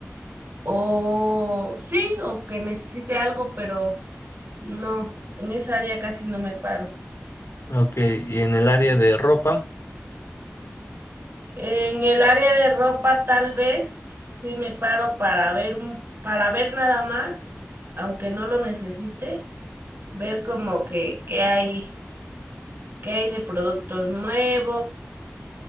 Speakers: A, on the right; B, on the left.
A: o sí, o que necesite algo, pero. No, en esa área casi no me paro.
B: Ok, y en el área de ropa,
A: En el área de ropa tal vez sí me paro para ver un, para ver nada más, aunque no lo necesite, ver como que qué hay, qué hay de productos nuevos